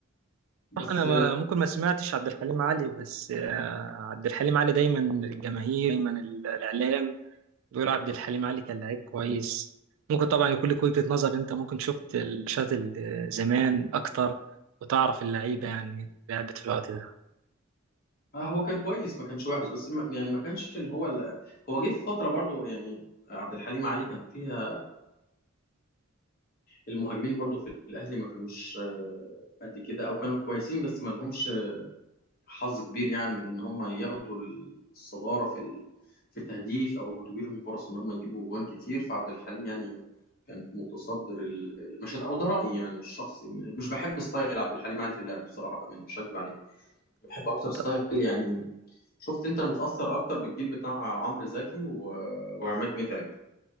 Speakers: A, on the left (about 45°); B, on the right (about 75°).
A: بس
B: صح انا ما ممكن ما سمعتش عبد الحليم علي بس آه، عبد الحليم علي دايما الجماهير دايما ال- الاعلام بيقول عبد الحليم علي كان لعيب كويس ممكن طبعا يكون لك وجهة نظر انت ممكن شفت الماتشات ال- زمان اكتر وتعرف اللعيبه يعني لعبت في الوقت ده
A: آه هو كان كويس ما كانش وحش بس ما يعني ما كانش اللي هو ال- هو جه في فتره برضو يعني عبد الحليم علي كان فيها المهاجمين برضو في الاهلي ما كانوش آه، قد كده او كانوا كويسين بس ما لهمش حظ كبير يعني من ان هم ياخدوا الصداره في ال- في التهديف او تجي لهم فرص ان هم يجيبوا جوان كتير فعبد الحليم يعني كان متصدر ال- المشهد او ده رايي يعني الشخصي مش بحب ستايل عبد الحليم علي في اللعب بصراحه بقى مش هكذب عليك بحب اكتر ستايل
B: طب
A: يعني شفت انت انا متأثر اكتر بالجيل بتاع عمرو زكي و... وعماد متعب